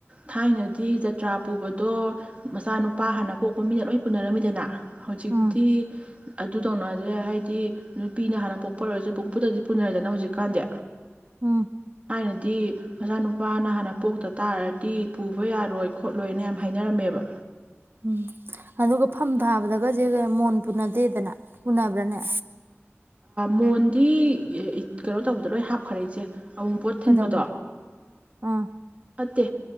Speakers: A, on the right; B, on the right.
A: ꯊꯥꯏꯅꯗꯤ ꯖꯇ꯭ꯔꯥ ꯄꯨꯕꯗꯣ ꯃꯆꯥꯅꯨꯄꯥ ꯍꯥꯟꯅ ꯄꯣꯛꯄ ꯃꯤꯅ ꯂꯣꯏ ꯄꯨꯅꯔꯝꯃꯤꯗꯅ ꯍꯧꯖꯤꯛꯇꯤ
B: ꯎꯝ
A: ꯑꯗꯨ ꯇꯧꯅꯔꯗ꯭ꯔꯦ ꯍꯥꯏꯗꯤ ꯅꯨꯄꯤꯅ ꯍꯥꯟꯅ ꯄꯣꯛꯄ ꯑꯣꯏꯔꯁꯨ ꯄꯨꯡꯄꯨꯗꯗꯤ ꯄꯨꯅꯔꯦꯗꯅ ꯍꯧꯖꯤꯛꯀꯥꯟꯗꯤ
B: ꯎꯝ
A: ꯊꯥꯏꯅꯗꯤ ꯃꯆꯥꯅꯨꯄꯥ ꯄꯥꯥꯅ ꯍꯥꯟꯅ ꯄꯣꯛꯇ ꯇꯥꯔꯗꯤ ꯄꯨꯕ ꯌꯥꯔꯣꯏ ꯈꯣꯠꯂꯣꯏꯅ ꯌꯥꯝ ꯍꯥꯏꯅꯔꯝꯃꯦꯕ
B: ꯎꯝ ꯑꯗꯨꯒ ꯐꯝ ꯊꯥꯕꯗꯒꯁꯦ ꯃꯣꯟ ꯄꯨꯅꯗꯦꯗꯅ ꯄꯨꯅꯕ꯭ꯔꯥꯅꯦ
A: ꯃꯣꯟꯗꯤ ꯀꯩꯅꯣ ꯇꯧꯕꯗ ꯂꯣꯏ ꯍꯥꯞꯈꯔꯦ ꯏꯆꯦ ꯑꯋꯨꯟꯄꯣꯠ ꯊꯤꯟꯕꯗꯣ
B: ꯀꯩꯗꯧꯕꯅꯣ ꯑꯥ
A: ꯅꯠꯇꯦ